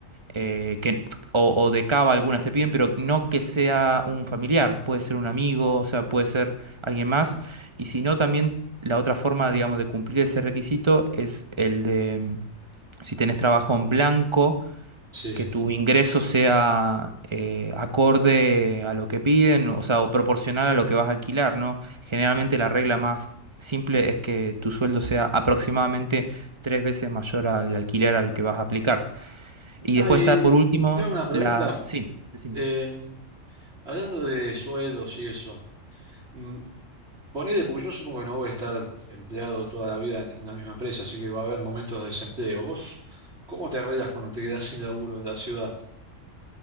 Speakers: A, on the right (about 20°); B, on the right (about 55°).
A: eh, que, o, o de cava algunas te piden, pero no que sea un familiar, puede ser un amigo, o sea, puede ser alguien más. Y si no, también la otra forma, digamos, de cumplir ese requisito es el de, mm, si tenés trabajo en blanco,
B: sí,
A: que
B: sí.
A: tu ingreso sea eh, acorde a lo que piden, o sea, o proporcional a lo que vas a alquilar, ¿no? Generalmente la regla más simple es que tu sueldo sea aproximadamente tres veces mayor al alquiler al que vas a aplicar. Y
B: Ah,
A: después
B: y
A: está por último
B: tengo una pregunta.
A: la... Sí, decime.
B: em, hablando de sueldos y eso. mm, Ponele, porque yo supongo que no voy a estar empleado toda la vida en una misma empresa, así que va a haber momentos de desempleo. ¿Vos cómo te arreglas cuando te quedás sin laburo en la ciudad?